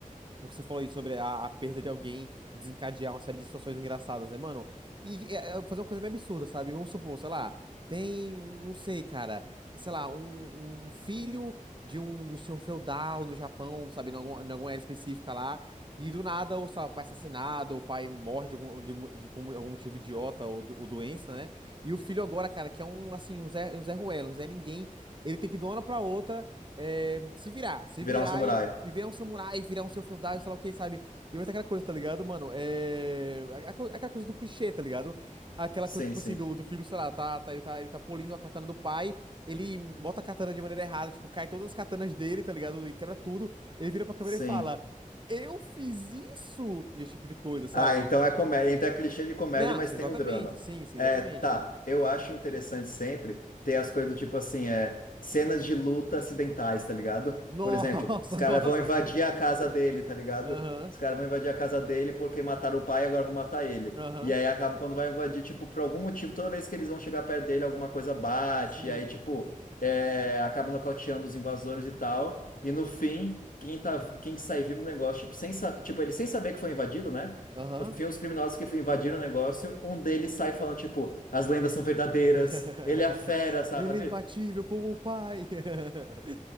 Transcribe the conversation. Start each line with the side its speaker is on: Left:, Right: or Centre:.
Right: O que você falou aí sobre a, a perda de alguém desencadear uma série de situações engraçadas, né, mano? E, e, é, fazer uma coisa meio absurda, sabe? Vamos supor, sei lá, tem, não sei, cara, sei lá, um, um filho de um, de um senhor feudal no Japão, sabe? Em alguma, em alguma área específica lá. E do nada, ou, sei lá, o pai é assassinado, ou o pai morre de algum, de, um- de- por algum motivo idiota ou, do- ou doença, né? E o filho agora, cara, que é um, assim, um Zé, um Zé Ruela, um Zé Ninguém, ele tem que ir de uma hora pra outra é, se virar, se
Left: Virar
Right: virar
Left: um samurai.
Right: e, e virar um samurai, virar um seu feudal, sei lá o que, sabe? E vai ser aquela coisa, tá ligado, mano? É, a- a co- aquela coisa do clichê, tá ligado? Aquela
Left: Sim,
Right: coisa, tipo
Left: sim.
Right: assim, do, do filho, sei lá, tá, tá- ele tá, ele tá polindo a katana do pai, ele bota a katana de maneira errada, tipo, cai todas as katanas dele, tá ligado? E quebra tudo. Ele vira pra câmera
Left: Sim.
Right: e fala: Eu fiz isso! Esse tipo de coisa, sabe?
Left: Ah, então é comédia, então é clichê de comédia,
Right: Não,
Left: mas
Right: exatamente,
Left: tem o drama.
Right: sim, sim,
Left: É,
Right: exatamente.
Left: tá, eu acho interessante sempre ter as coisas do tipo assim, é, cenas de luta acidentais, tá ligado?
Right: Nossa,
Left: Por exemplo, os caras
Right: <laughs> nossa,
Left: vão invadir
Right: sim,
Left: a
Right: sim.
Left: casa dele, tá ligado?
Right: Aham,
Left: Os caras vão invadir a casa dele porque mataram o pai e agora vão matar ele.
Right: aham,
Left: E aí acaba quando vai invadir, tipo, por algum motivo, toda vez que eles vão chegar perto dele, alguma coisa bate,
Right: sim.
Left: e aí, tipo, é, acaba nocauteando os invasores e tal. E no fim, quem tá, quem sai vivo do negócio, tipo, sem, sa- tipo, ele sem saber que foi invadido, né?
Right: Aham.
Left: No fim, os criminosos que invadiram o negócio, um deles sai falando, tipo, as lendas são verdadeiras,
Right: <laughs>
Left: ele é a fera, sabe?
Right: Ele é imbatível como o pai. <laughs>